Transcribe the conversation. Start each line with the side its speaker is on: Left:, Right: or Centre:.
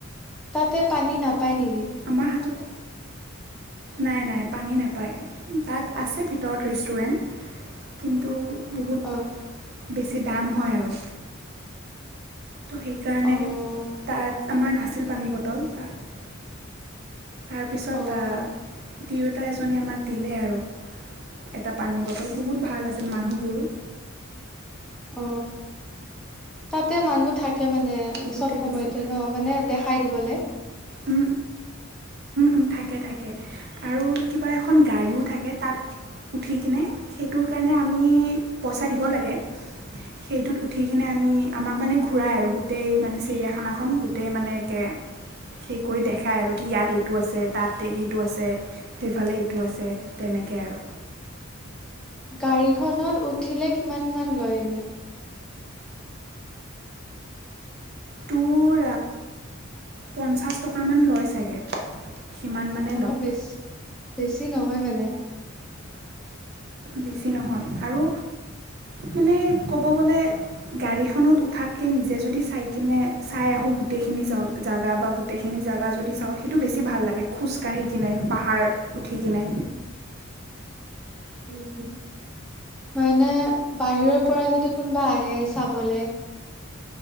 Centre: তাতে পানী নাপ পায় নেকি
Right: আমাৰ হাতত নাই নাই পানী নাপায় তাত আছে ভিতৰত ৰেষ্টুৰেণ্ট কিন্তু বহুত
Centre: অ'
Right: বেছি দাম হয় আৰু ত' সেইকাৰণে
Centre: অ'
Right: তাত আমাৰ ন আছিল পানীৰ বটল তাত তাৰপিছত
Centre: অ'
Right: তিয়োতা এজনী আমাক দিলে আৰু এটা পানীৰ বটল বহুত ভাল আছিল মানুহবোৰো
Centre: অ তাতে মানুহ থাকে তাকে মানে
Right: বহুতে
Centre: চব সময়তে
Right: বেছি
Centre: ন মানে দেখ খাই দিবলৈ
Right: অ অথাকে থাকে আৰু কিবা এখন গাড়ীও থাকে তাত উঠি কিনে সেইটোৰ কাৰণে আমি পইচা দিব লাগে সেইটোত উঠি কিনে আমি আমাক মানে ঘূৰাই আৰু গোটেই মানে চিৰিয়াখানাখন গোটেই মানে একে সেই কৰি দেখায় আৰু কি ইয়াত এইটো আছে তাত সেইটো আছে সেইফালে এইটো আছে তেনেকৈ আৰু
Centre: গাড়ীখনত উঠিলে কিমান মান লয় এনে
Right: তোৰ পঞ্চাছ টকা মান লয় চাগে সিমান মানে
Centre: অ
Right: লয়
Centre: বেছ বেছি নহয় মানে
Right: বেছি নহয় আৰু মানে ক'ব গ'লে গাড়ীখনত উঠাতকৈ নিজে যদি চাই কিনে চাই আহোঁ গোটেইখিনি জেগা বা গোটেইখিনি জেগা যদি চাওঁ সেইটো বেছি ভাল লাগে খোজকাাঢ়ি কিনে পাহাৰ উঠি কিনে
Centre: উ মানে বাহিৰৰ পৰা যদি কোনোবা আহে চাবলে